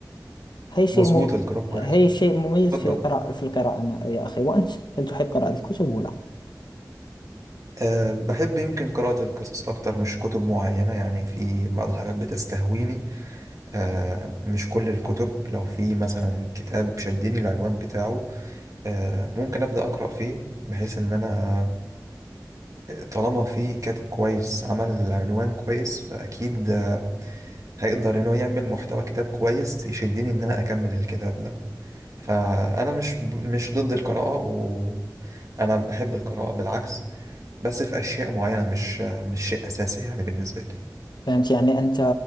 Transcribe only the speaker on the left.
هي شيء
مم...
هي شيء مميز
في قراءة في القراءة يا أخي وأنت هل تحب قراءة الكتب ولا؟
فهمت يعني أنت